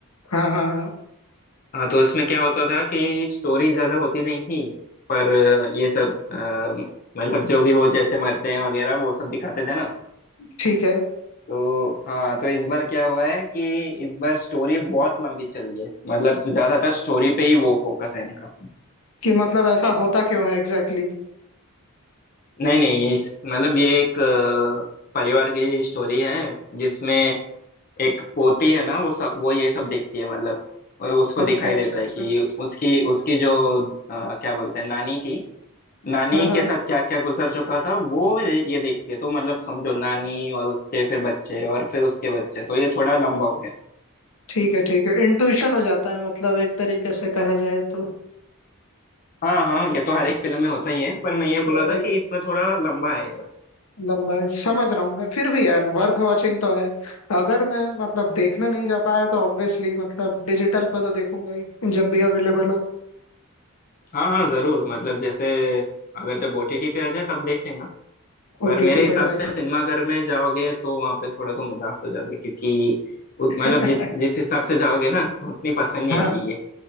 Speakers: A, on the left (about 80°); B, on the left (about 40°).
A: हाँ हाँ हाँ
B: हाँ तो उसमें क्या होता था कि स्टोरी ज्यादा होती नहीं थी पर अ, ये सब अ, मतलब जो भी वो जैसे मरते हैं वगैरह वो सब दिखाते थे ना
A: ठीक है
B: तो हाँ तो इस बार क्या हुआ है कि इस बार स्टोरी बहुत लंबी चली है मतलब ज्यादातर स्टोरी पे ही वो फोकस है इनका
A: कि मतलब ऐसा होता क्यों है एग्जैक्टली exactly?
B: नहीं नहीं इस मतलब ये एक अ, परिवार की स्टोरी है जिसमें एक पोती है ना वो सब वो ये सब देखती है मतलब उसको दिखाई
A: अच्छा अच्छा
B: देता
A: अच्छा
B: है कि
A: अच्छा
B: उसकी उसकी जो अ, क्या बोलते हैं नानी थी नानी
A: अच्छा। हाँ
B: के
A: हाँ
B: साथ क्या क्या गुजर चुका था वो ये, ये देखती है तो मतलब समझो नानी और उसके फिर बच्चे और फिर उसके बच्चे तो ये थोड़ा लंबा हो गया
A: ठीक है ठीक है इंट्यूशन हो जाता है मतलब एक तरीके से कहा जाए तो
B: हाँ हाँ ये तो हर एक फिल्म में होता ही है पर मैं ये बोल
A: होता
B: रहा था
A: ही
B: कि
A: है
B: इसमें थोड़ा लंबा है यार
A: लंबा है समझ रहा हूँ मैं फिर भी यार वर्थ वॉचिंग तो है अगर मैं मतलब देखने नहीं जा पाया तो ऑब्वियसली मतलब डिजिटल पे तो देखूंगा ही जब भी अवेलेबल हो
B: हाँ हाँ जरूर मतलब जैसे अगर जब ओटीटी पे आ जाए तब देख लेना पर
A: ओटीटी
B: मेरे हिसाब
A: पे ट्राई
B: से सिनेमाघर में जाओगे तो वहां पे थोड़ा तुम उदास हो जाओगे क्योंकि उत- मतलब
A: करूंगा
B: जि, जिस हिसाब से जाओगे ना उतनी
A: <laughs>
B: पसंद नहीं
A: हाँ
B: आएगी ये